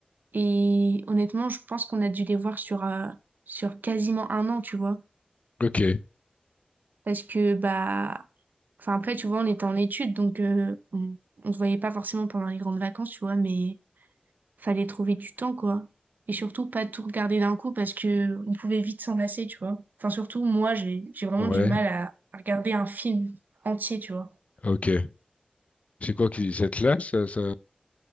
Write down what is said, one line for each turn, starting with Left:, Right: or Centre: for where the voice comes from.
Right: Et honnêtement, je pense qu'on a dû les voir sur, euh, sur quasiment un an, tu vois.
Left: Ok.
Right: Parce que, bah, enfin, après, tu vois, on était en études, donc euh, on, on se voyait pas forcément pendant les grandes vacances, tu vois, mais fallait trouver du temps, quoi. Et surtout, pas tout regarder d'un coup parce que on pouvait vite s'en lasser, tu vois. Enfin, surtout, moi, j'ai, j'ai vraiment
Left: Ouais.
Right: du mal à à regarder un film entier, tu vois.
Left: Ok. C'est quoi qui cette là ça, ça...